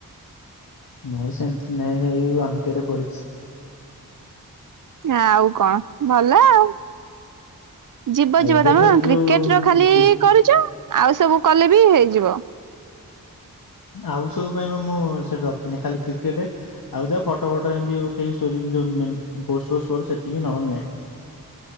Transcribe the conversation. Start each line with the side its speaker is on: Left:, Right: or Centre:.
Left: ମୋର ସେମିତି ନାଇଁ ହେଇ ୱାନକେ ରେ ପଡିଛି।
Right: ଆଉ କଣ ଭଲ ଆଉ। ଯିବ
Left: ଆଉ
Right: ଯିବ
Left: ଏବେ
Right: ତମର
Left: ଖାଲି ଯୋଉ
Right: କ୍ରିକେଟ ର ଖାଲି
Left: କ୍ରି
Right: କରୁଚ ଆଉ ସବୁ କଲେ ବି ହେଇଯିବ।
Left: ଆଉ ସବୁ ପାଇଁ ପା ମୁଁ ସେଇଠି ରଖିନି ଖାଲି କ୍ରିକେଟେ ଆଉ ଯା ଫଟ ଫଟ ଏନ୍ତୀ ଉଠେଇକି ଷ୍ଟୋରୀ ଯୋଉ ମେନ୍ ପୋଷ୍ଟ ଫୋଷ୍ଟ କରୁ ସେତିକି ନହେଲେ ନାହିଁ।